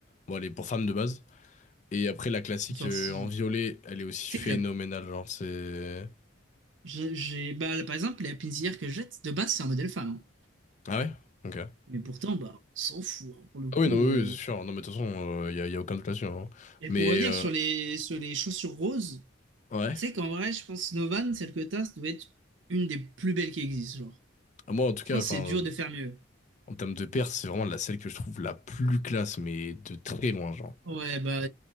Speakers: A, on the left (about 40°); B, on the right (about 75°).
A: Bon, elle est pour femme de base. Et après, la classique
B: On s'en
A: euh,
B: fout.
A: en violet, elle est aussi
B: Tu
A: phénoménale.
B: sais que la-
A: Genre, c'est.
B: j'ai, j'ai- bah, là, par exemple, la pinzière que je jette, de base, c'est un modèle femme. hein.
A: Ah ouais? Ok. Ah
B: Mais pourtant, bah, on s'en fout, hein, pour le coup.
A: oui, non,
B: euh.
A: oui, oui, c'est sûr. Non, mais de toute façon, il y a, y a aucun doute là-dessus. hein.
B: Et
A: Mais,
B: pour revenir
A: euh,
B: sur les, sur les chaussures roses,
A: ouais.
B: tu sais qu'en vrai, je pense Novan, celle que t'as, ça doit être une des plus belles qui existent, genre.
A: Moi, en tout
B: Je
A: cas,
B: pense
A: enfin,
B: que c'est dur de faire mieux.
A: en termes de paire, c'est vraiment la celle que je trouve la plus classe, mais de très loin, genre.
B: Ouais, bah,